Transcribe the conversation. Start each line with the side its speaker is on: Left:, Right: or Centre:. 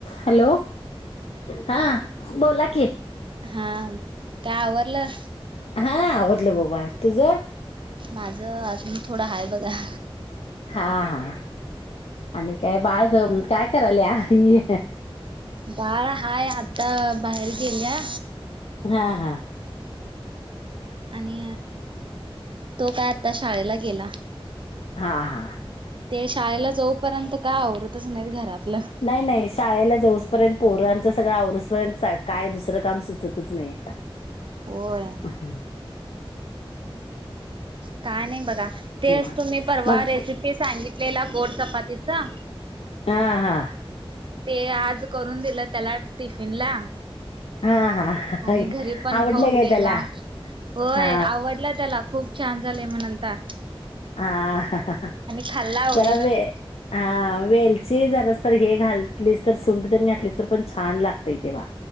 Left: हॅलो हा बोला की
Right: हा काय आवरलं
Left: हा आवरलं बग बाळ तुझ
Right: माझं अजून थोडं हाय बघा
Left: हा हा आणि काय बाळ ग काय करायल आी
Right: बाळा हाय आता बाहेर गेल्या
Left: हा हा
Right: आणि तो काय आता शाळेला गेला
Left: हां हां
Right: ते शाळेला जाऊपर्यंत काय आवरतच नाही घरातलं
Left: नाही नाही शाळेला जऊसपर्यंत पोरांचा सगळं आवरुस पर्यंत काय दुसरं काम सुचतच नाही का <unintelligible>
Right: होय
Left: हम्
Right: काय नाही बघा तेच
Left: निवांत
Right: तुम्ही परवा
Left: मग
Right: रेसिपी सांगितलेला गोड चपातीचा
Left: हां हा
Right: ते आज करून दिलं त्याला टिफिन ला
Left: हा हा
Right: आणि घरी पण
Left: आवडलं
Right: खाऊन
Left: काय
Right: गेला
Left: त्याला
Right: होय
Left: हा
Right: आवडला त्याला खूप छान झालेय म्हणतला
Left: ह
Right: खाल्ला आवडीनं
Left: जला वे
Right: तो
Left: हा वेलची जरास तर हे घाललीस तर सुंट तरी घातलीस तर पण छान लागतय तेव्हा